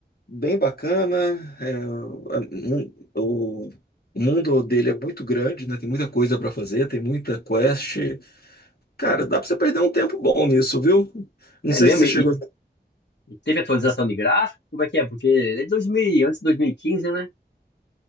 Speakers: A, on the left; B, on the left.
A: bem bacana. é, a- o, o mundo dele é muito grande, né? Tem muita coisa para fazer, tem muita quest. Cara, dá para você perder um tempo bom nisso, viu? Não
B: É
A: sei
B: mesmo?
A: se você chegou.
B: E Teve atualização de gráfico? Como é que é? Porque é de 2000, antes de dois mil e quinze né?